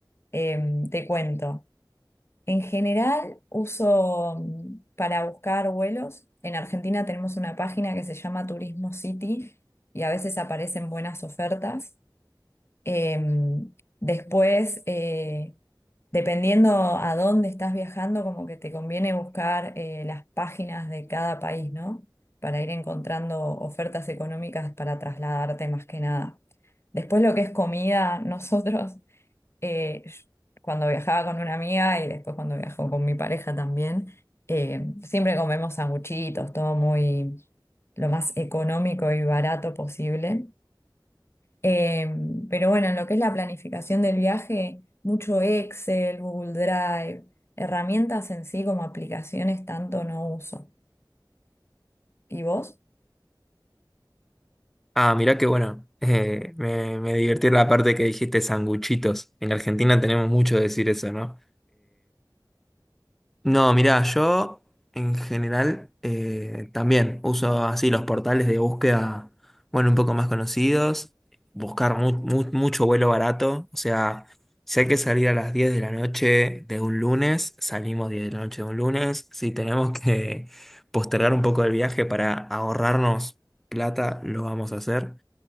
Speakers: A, on the left; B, in the centre.
A: Eh, te cuento. En general, uso mm, para buscar vuelos. En Argentina tenemos una página que se llama Turismo City y a veces aparecen buenas ofertas. Em, después, eh, dependiendo a dónde estás viajando, como que te conviene buscar eh, las páginas de cada país, ¿no? Para ir encontrando ofertas económicas para trasladarte más que nada. Después lo que es comida, <laughs> nosotros, eh, yo- cuando viajaba con una amiga y después cuando viajo con mi pareja también, eh, siempre comemos sanguchitos, todo muy lo más económico y barato posible. Eh, pero bueno, en lo que es la planificación del viaje, mucho Excel, Google Drive, herramientas en sí como aplicaciones tanto no uso. ¿Y vos?
B: Ah, mirá qué bueno, <laughs> eh, me, me divirtió la parte que dijiste sanguchitos. En Argentina tenemos mucho de decir eso, ¿no? No, mirá, yo en general eh, también uso así los portales de búsqueda, bueno, un poco más conocidos, buscar mu- mu- mucho vuelo barato, o sea, si hay que salir a las 10 de la noche de un lunes, salimos 10 de la noche de un lunes, si tenemos <laughs> que postergar un poco el viaje para ahorrarnos plata, lo vamos a hacer.